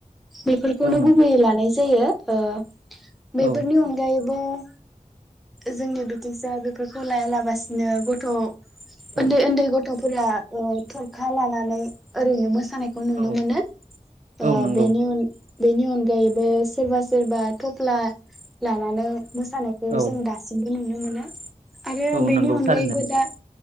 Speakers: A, in the centre; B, on the right.
A: बेफोरखौनो
B: औ नों
A: गुबैयै लानाय जायो। ओ बेफोरनि
B: औ
A: अनगायै <unintelligible> जोंनि बिथिंसो बेफोरखौ लायालाबसिनो गथ'
B: औ
A: उन्दै उन्दै गथ'फोरा ओ थरखा लानानै ओरैनो मोस सानायखौ नुनो
B: औ
A: मोनो ओ
B: औ नंगौ
A: बेनि उन बेनि अनगायैबो सोरबा सोरबा थफ्ला लानानै, मोसानायखो
B: औ
A: जों दासिमबो नुनो मोना आरो
B: औ
A: बेनि
B: नंगौ
A: अनगायैबो
B: थारैनो
A: दा